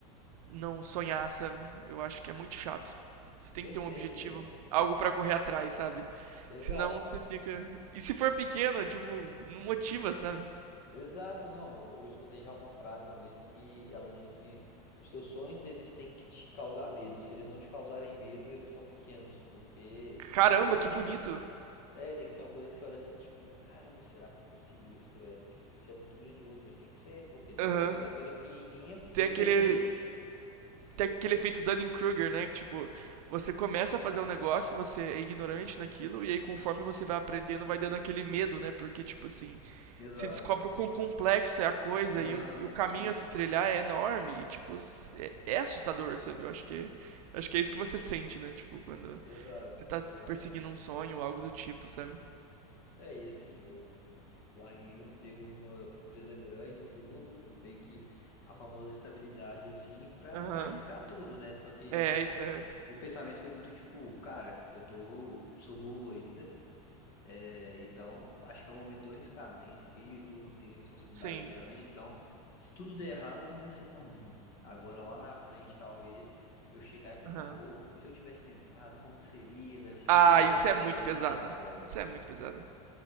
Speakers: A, on the right (about 80°); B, on the left (about 45°).
A: não sonhar, sabe? Eu acho que é muito chato. Você tem
B: Perfeito,
A: que ter um objetivo,
B: velho.
A: algo pra correr atrás, sabe?
B: Exato.
A: Senão você fica. E se for pequeno, tipo, não motiva, sabe?
B: Exato, não. Eu, eu escutei já uma frase uma vez que ela diz que os seus sonhos eles têm que te causar medo. Se eles não te causarem medo, eles são pequenos, porque
A: Caramba,
B: realmente
A: que bonito.
B: tem que, é, tem que ser uma coisa que você olha assim, tipo, caramba, será que eu consigo isso, velho? Tipo, isso é muito grandioso, mas tem que ser, porque senão
A: Aham.
B: você pensa uma coisa pequenininha
A: Tem aquele
B: e assim.
A: tem aquele efeito Dunning-Kruger, né? Que, tipo, você começa a fazer um negócio, você é ignorante naquilo, e aí conforme você vai aprendendo, vai dando aquele medo, né? Porque, tipo assim,
B: Exato.
A: se descobre o quão complexo é a coisa
B: Aham.
A: e o, e o caminho a se trilhar é enorme. E, tipo, é, é assustador, sabe? Eu acho que, acho que é isso que você sente, né? Tipo, quando
B: Exato,
A: você tá
B: exato.
A: perseguindo um sonho ou algo do tipo, sabe?
B: É, e assim, eu larguei o emprego numa empresa grande e tudo, meio que a famosa estabilidade, assim, pra
A: Aham.
B: arriscar tudo, né? Só que
A: É, isso é.
B: o pensamento foi muito tipo, cara, eu tô, sou novo ainda, é, então acho que é o momento de eu arriscar. Não tenho filho e tudo, não tenho responsabilidade
A: Sim.
B: grande, então se tudo der errado, não vai ser tão ruim. Agora lá na frente, talvez. Eu chegar e pensar,
A: Aham.
B: pô, e se eu tivesse tentado, como que seria? Deve ser
A: Ah,
B: muito ruim
A: isso
B: você
A: é
B: ter
A: muito pesado.
B: essa sensação.
A: Isso é muito pesado.